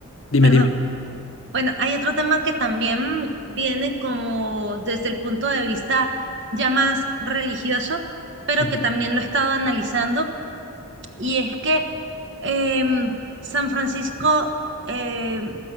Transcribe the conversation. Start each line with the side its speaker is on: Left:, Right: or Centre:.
Left: Dime,
Right: perdón,
Left: dime.
Right: bueno, hay otro tema que también viene como desde el punto de vista ya más religioso, pero
Left: Ujú,
Right: que también lo he estado analizando y es que em, San Francisco em,